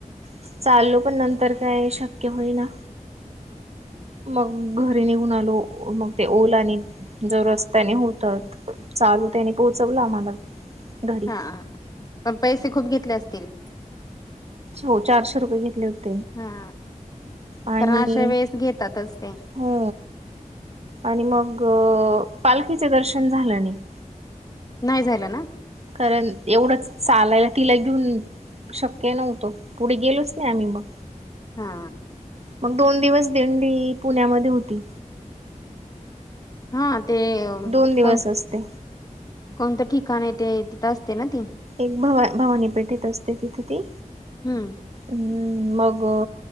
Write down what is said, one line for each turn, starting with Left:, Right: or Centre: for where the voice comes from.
Right: चाललो पण नंतर काय शक्य होई ना. मग घरी निघून आलो मग ते ओलानी जर रस्त्याने होत चालू त्यानी पोहोचवलं आम्हाला घरी
Left: हा ह पण पैसे खूप घेतले असतील.
Right: हो चारशे रुपये घेतले होते.
Left: हा
Right: आणि
Left: कारण अशा वेळेस घेतातच ते
Right: हो आणि मग पालखीच दर्शन झालं नाही.
Left: नाही झालं ना.
Right: कारण एवढंच चालायला तिला घेऊन शक्य नव्हतं पुढे गेलोच नाही आम्ही मग
Left: हा.
Right: मग दोन दिवस दिंडी पुण्यामध्ये होती.
Left: हा ते
Right: दोन दिवस
Left: कोण
Right: असते
Left: कोणतं ठिकाण ते तिथं असते ना ती
Right: एक भव भवानी पेठेत असते तिथ त
Left: हम्म.
Right: हम्म मग